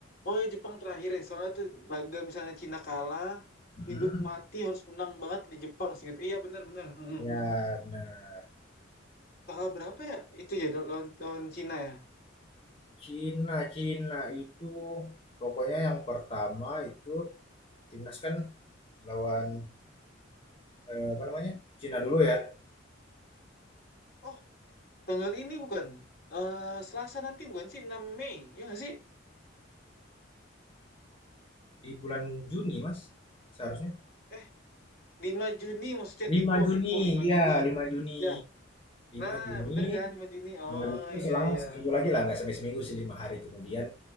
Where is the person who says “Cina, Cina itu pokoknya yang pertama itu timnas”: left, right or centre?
Left